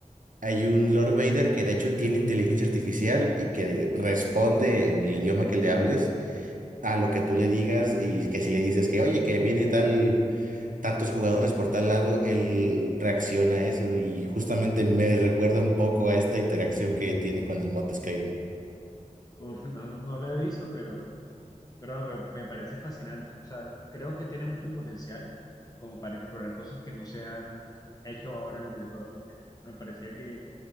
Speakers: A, on the right; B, on the left.
A: hay un Lord Vader que de hecho tiene inteligencia artificial y que responde en el idioma que le hables a lo que tú le digas y que si le dices que, oye, que viene tal, tantos jugadores por tal lado, él reacciona a eso y justamente me recuerda un poco a esta interacción que tiene con el mod Skyrim.
B: Uf, no, no, no lo he visto, pero... Pero me, me parece fascinante. O sea, creo que tiene mucho potencial como para explorar cosas que no se han hecho ahora en los videojuegos, porque me parecía que